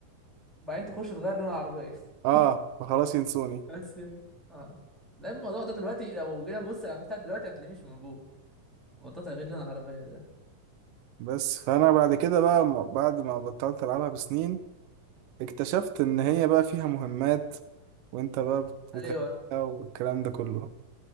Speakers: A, in the centre; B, on the right.
A: وبعدين تخش تغير لون العربية
B: اه
A: <laughs>
B: فخلاص ينسوني
A: بس يعني اه لا الموضوع ده دلوقتي لو جينا نبص على بتاع دلوقتي هتلاقيه مش موجود موضوع تغيير لون العربية ده
B: بس فانا بعد كده بقى م- بعد ما بطلت العبها بسنين اكتشفت ان هي بقى فيها مهمات وانت بقى بت-
A: ايوه
B: بتعملها والكلام ده كله